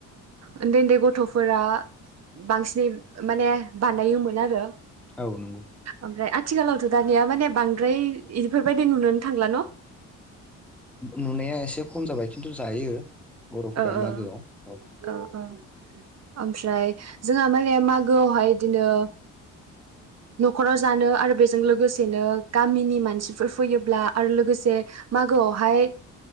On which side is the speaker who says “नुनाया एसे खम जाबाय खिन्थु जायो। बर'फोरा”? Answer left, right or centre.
Centre